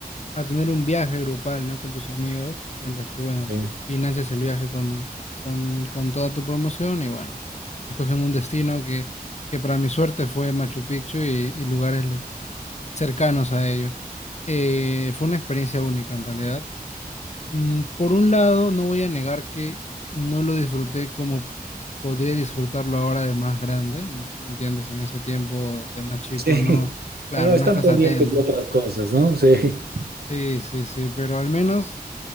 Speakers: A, on the left (about 45°); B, on the right (about 85°).
A: a tener un viaje grupal, ¿no? Con tus amigos, en los que, bueno,
B: Sí.
A: financias el viaje con, con, con toda tu promoción y, bueno, escogen un destino que, que para mi suerte fue Machu Picchu y, y lugares cercanos a ello. Eh, fue una experiencia única, en realidad. Mm, Por un lado, no voy a negar que no lo disfruté como podría disfrutarlo ahora de más grande, ¿no? Tú entiendes, en ese tiempo de más chico
B: Sí.
A: no,
B: <laughs>
A: claro,
B: Ah,
A: no
B: están
A: estás
B: pendientes
A: atento.
B: de otras cosas, ¿no? Sí.
A: Sí, sí, sí, pero al menos